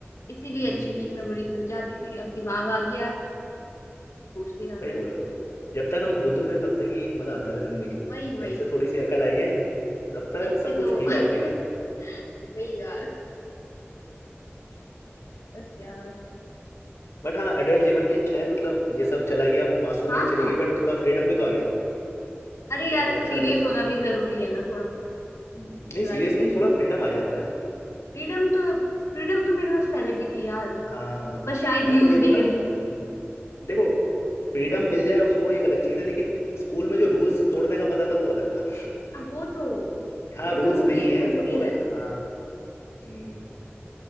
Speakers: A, on the left; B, on the left.
A: इसीलिए
B: हम्म,
A: अच्छी अच्छी मेमोरीज बन जाती थी अब दिमाग आ गया है, भूल के जाता
B: सही बोल
A: है
B: रहे हो जब तक हम बुद्धू थे तब तक ही मजा आता था जिंदगी में
A: वही वही
B: जब से थोड़ी सी अकल आई है तब तक
A: तब
B: सब
A: से
B: कुछ
A: तो
B: फीका
A: <laughs>
B: हो गया
A: वही यार बस यार
B: बट हाँ एडल्ट जीवन भी अच्छा है मतलब ये सब चला गया मासूमियत
A: हाँ
B: चली
A: हाँ
B: गई बट थोड़ा फ्रीडम भी तो आ गया
A: अरे
B: ये तो
A: यार
B: थोड़ा
A: सीरियस
B: अच्छा लग रहा है
A: होना भी जरूरी है ना थोड़ा
B: हम्म, नहीं
A: लाइफ
B: सीरियस नहीं
A: में
B: थोड़ा फ्रीडम आ जाता है
A: फ्रीडम तो फ्रीडम तो मेरे पास पहले भी थी यार
B: हाँ
A: बस शायद
B: मैं
A: यूज
B: तो ये बोलना
A: नहीं
B: हम्म,
A: करी
B: देखो फ्रीडम मिल जाए उस वो एक अलग चीज़ है लेकिन स्कूल में जो रूल्स तोड़ने का मजा था वो अलग था
A: अब वो तो
B: हाँ
A: वो
B: रूल्स
A: तो टूटी
B: नहीं है
A: टूटते
B: but वो
A: ही रहते थे
B: हाँ हम्म,